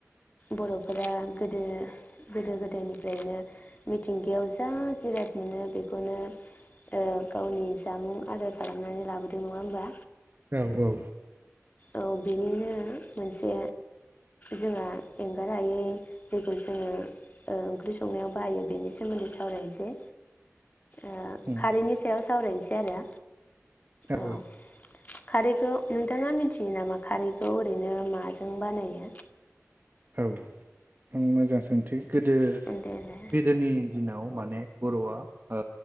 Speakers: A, on the left (about 30°); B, on the right (about 40°).
A: बर'फोरा गोदो गोदो गोदायनिफ्रायनो मि थिंगायाव जा जिराद मोनो बेखौनो ओ गावनि जामुं आदार खालामनानै लाबोदों नङा होमबा?
B: औ औ।
A: औ बिनिनो मोनसे जोंहा एंगार हायै जेखौ जोङो ओ ओंख्रि संनायाव बाहायो बेनि सो सोमोन्दै सावरायनोसै। ओ
B: उम
A: खारैनि सायाव सावरायनो सै आरो।
B: दाबो
A: औ खारैखौ नोंथाङा मिथियो नामा खारैखौ ओरैनो माजों बानायो?
B: औ आं मोजां सोंथि गोदो
A: देलाय
B: गोदोनि दिनाव माने बर'आ ओ